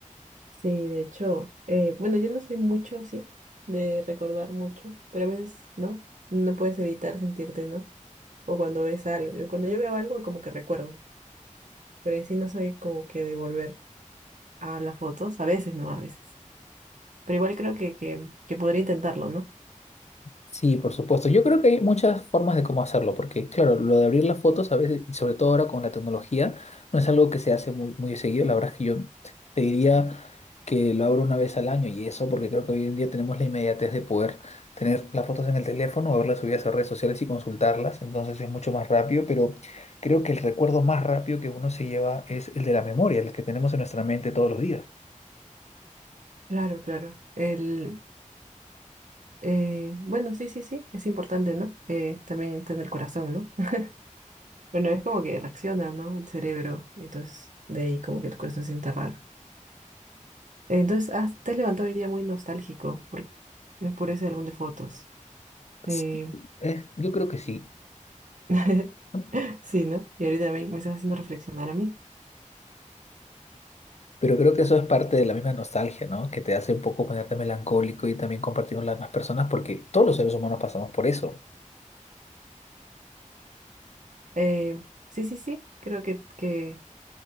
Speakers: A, on the right; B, on the left.
A: Sí, de hecho, eh, bueno, yo no soy mucho, sí, de recordar mucho, pero a veces, ¿no? No puedes evitar sentirte, ¿no? O cuando ves algo, cuando yo veo algo, como que recuerdo. pero en sí no soy como que de volver a las fotos, a veces no, a veces. Pero igual creo que, que, que podría intentarlo, ¿no?
B: Sí, por supuesto. Yo creo que hay muchas formas de cómo hacerlo, porque claro, lo de abrir las fotos a veces, y sobre todo ahora con la tecnología, no es algo que se hace muy, muy seguido. La verdad es que yo te diría que lo abro una vez al año y eso, porque creo que hoy en día tenemos la inmediatez de poder tener las fotos en el teléfono, o verlas subidas a redes sociales y consultarlas, entonces es mucho más rápido, pero creo que el recuerdo más rápido que uno se lleva es el de la memoria, el que tenemos en nuestra mente todos los días.
A: Claro, claro. El, eh, bueno, sí, sí, sí, es importante, ¿no? Eh, también está en el corazón, ¿no? <laughs> Bueno, es como que reacciona, ¿no? El cerebro, entonces de ahí como que tu corazón se siente raro. Entonces, ah, te has levantado hoy día muy nostálgico por, eh, por ese álbum de fotos. Eh,
B: Sí, Eh, yo creo que sí,
A: <laughs>
B: ¿no?
A: sí, ¿no? Y ahorita me, me estás haciendo reflexionar a mí.
B: pero creo que eso es parte de la misma nostalgia, ¿no? Que te hace un poco ponerte melancólico y también compartir con las demás personas, porque todos los seres humanos pasamos por eso.
A: Eh, sí, sí, sí, creo que, que,